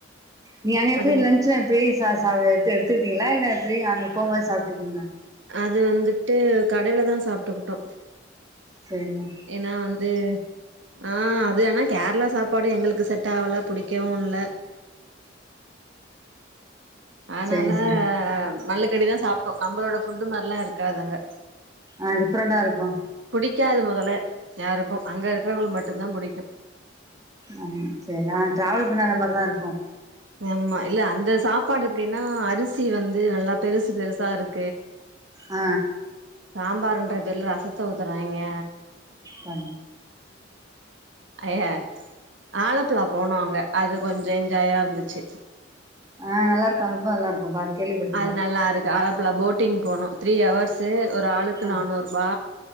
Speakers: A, on the right; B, on the right.
A: நீ அங்க எப்டி
B: அதுல
A: லன்ச்ல போய் ச சா எட்த்து எடுத்துட்டீங்ளா இல்ல எப்டி அங்க போம் போது சாப்ட்டுப்பீங்ளா
B: அது வந்துட்டு கடைல தா சாப்ட்டுக்கிட்டோ
A: சேரிமா
B: ஏன்னா வந்து ஆ அது ஆனா கேர்ளா சாப்பாடு எங்களுக்கு செட் ஆவுல புடிக்கவு இல்ல ஆன்னால
A: செரி செரி
B: மல்லுக்கட்டிதா சாப்ட்டோ நம்பளோட ஃபுட்டு மாறிலா இருக்காது அங்க
A: ஆ டிஃப்ரெண்டா இருக்கு
B: புடிக்காது மொதல்ல யாருக்கு அங்க இருக்கிறவங்களுக்கு மட்டு தா புடிக்கும்
A: அம் சேர்தா டிராவல் பண்ணாத மார்தா இருக்கு
B: ஆமா இல்ல அந்த சாப்பாடு எப்டின்னா அரிசி வந்து நல்லா பெருசு பெருசா இருக்கு
A: ஆ
B: சாம்பாருன்ற பேருல ரசத்த ஊத்துறாய்ங்க
A: ஆ
B: ஐய ஆலப்புழா போனோ அங்க அது கொஞ்சோ என்ஜாயா இருந்துச்சு
A: அ நல்லாருக்கு ரொம்ப நல்லா இருக்கும் பா கேள்விப்பட்ருக்கே
B: அது நல்லா இருக்கு ஆழப்புலா போட்டிங் போனோம் த்ரீ ஹவர்ஸ்சு ஒரு ஆளுக்கு
A: ஆ
B: நானூறு ரூபா